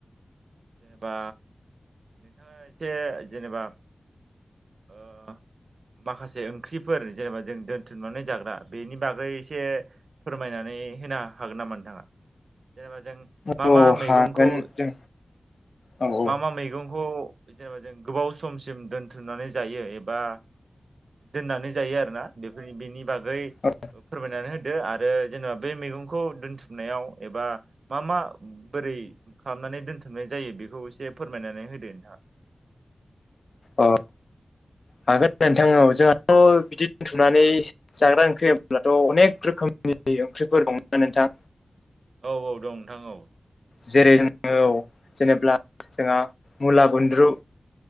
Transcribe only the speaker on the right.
जेनेबा नोंथाङा एसे जेनेबा ओ माखासे ओंख्रिफोर जेनेबा जों दोनथुमनानै जाग्रा बेनि बागै एसे फोरमायना नानै होनो हागोन नामा नोंथाङा? जेनेबा जों मा
मा मैगंखौ
मा मा मैगंखौ जेनेबा जों गोबाव समसिम दोनथुमनानै जायो एबा दोननानै जायो आरोना बेफोरनि बेनि बागै
फोरमायनानै दो आरो जेनेबा बे मैगंखौ दोनथुमनायाव एबा मा मा बोरै नानै दोनथुमनाय जायो बेखौ एसे फोरमायनानै होदो नोंथाङा?
औ औ दं नोंथां औ।